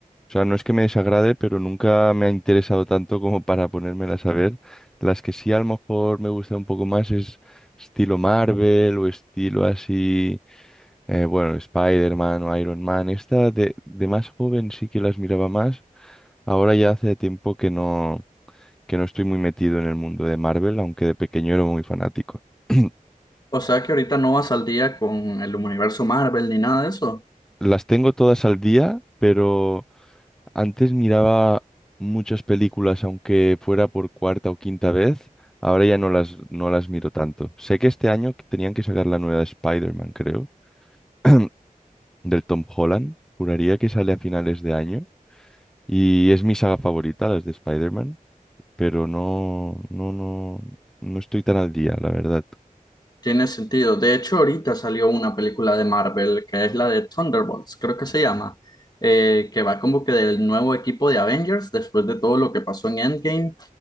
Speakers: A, in the centre; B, on the left (about 30°).
A: o sea, no es que me desagrade, pero nunca me ha interesado tanto como para ponérmelas a ver. Las que sí a lo mejor me gustan un poco más es estilo Marvel o estilo así, eh, bueno, Spider-Man o Iron Man. Esta de, de más joven sí que las miraba más. Ahora ya hace tiempo que no. que no estoy muy metido en el mundo de Marvel, aunque de pequeño era muy fanático. <clears throat>
B: o sea que ahorita no vas al día con el universo Marvel ni nada de eso.
A: Las tengo todas al día, pero antes miraba muchas películas, aunque fuera por cuarta o quinta vez. Ahora ya no las, no las miro tanto. Sé que este año tenían que sacar la nueva de Spider-Man, creo, <clears throat> del Tom Holland. Juraría que sale a finales de año. Y es mi saga favorita, las de Spider-Man, pero no, no, no, no estoy tan al día, la verdad.
B: Tiene sentido. De hecho, ahorita salió una película de Marvel que es la de Thunderbolts, creo que se llama, eh, que va como que del nuevo equipo de Avengers después de todo lo que pasó en Endgame,